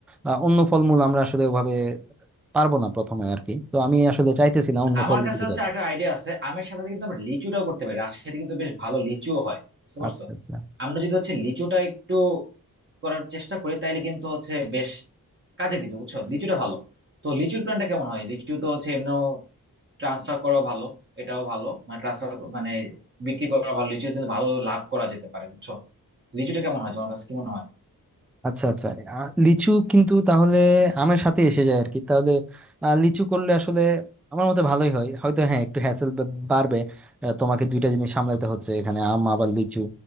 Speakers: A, in the centre; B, on the right (about 30°).
A: আহ, অন্য ফলমূল আমরা আসলে ওভাবে পারবো না প্রথমে আর কি তো আমি আসলে চাইতেছি না অন্য
B: আমার
A: ফলের
B: কাছে
A: দিকে
B: হচ্ছে
A: যাইতে
B: একটা আইডিয়া আছে আমের সাথে সাথে কিন্তু আমরা লিচুটাও করতে পারি রাজশাহীতে কিন্তু বেশ ভালো লিচুও হয় বুঝতে পারছো
A: আচ্ছা আচ্ছা
B: আমরা যদি হচ্ছে লিচুটা একটু করার চেষ্টা করি তাইলে কিন্তু হচ্ছে বেশ কাজে দিবে বুঝছো লিচুটা ভালো তো লিচুর প্ল্যানটা কেমন হয় লিচু তো হচ্ছে এমনিও ট্রান্সফার করা ভালো এটাও ভালো মানে ট্রান্সফার মানে বিক্রি করা ভালো লিচু কিন্তু ভালো লাভ করা যেতে পারে বুঝছো লিচুটা কেমন হয় তোমার কাছে কি মনে হয়
A: আচ্ছা আচ্ছা আ- লিচু কিন্তু তাহলে আমের সাথে এসে যায় আর কি তাহলে আ, লিচু করলে আসলে আমার মতে ভালোই হয় হয়তো হ্যাঁ একটু হ্যাসেল বাড়বে আ, তোমাকে দুইটা জিনিস সামলাইতে হচ্ছে এখানে আম আবার লিচু